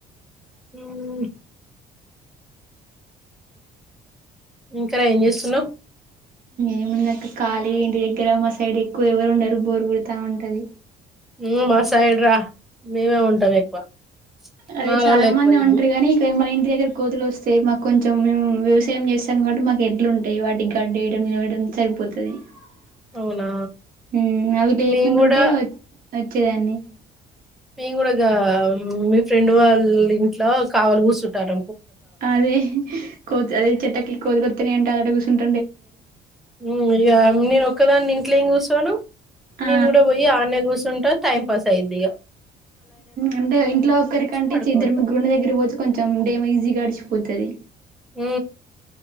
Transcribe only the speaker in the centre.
హమ్ ఇంకా రా ఏం చేస్తున్నావు్
నువ్వు మా సైడ్ రా మేమే ఉంటాం ఎక్కువ
మాలోళ్ళు
ఎక్కువ
ఇది
అవునా
మేము కూడా
మేము కూడా మీ ఫ్రెండ్ వాళ్ళ ఇంట్లో కావలు కూర్చుంటారు
ఉ ఇగ అన్ని ఒకదాన్ని ఇంట్లో ఏం కూర్చోను
నేను కూడా పోయాన్నే కూర్చుంటా ఉంటా టైమ్ పాస్ అయిద్దిక
పడుకోబెడతా
ఉ